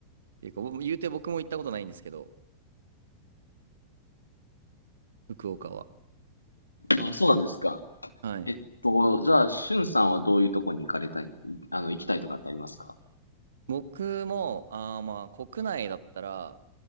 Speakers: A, on the right; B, on the left.
A: 結構、言うて僕も行ったことないんですけど、福岡は。
B: あ、そうなんですか。
A: はい。
B: えっと、じゃあ、しゅんさんはどういうとこに行かれたい、あの、行きたいとかってありますか
A: 僕も、あーまあ、国内だったら、